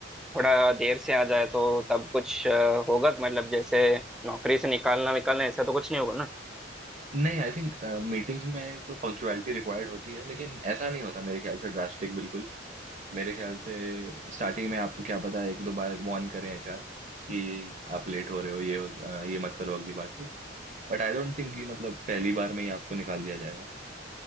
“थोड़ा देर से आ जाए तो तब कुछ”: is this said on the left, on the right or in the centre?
Centre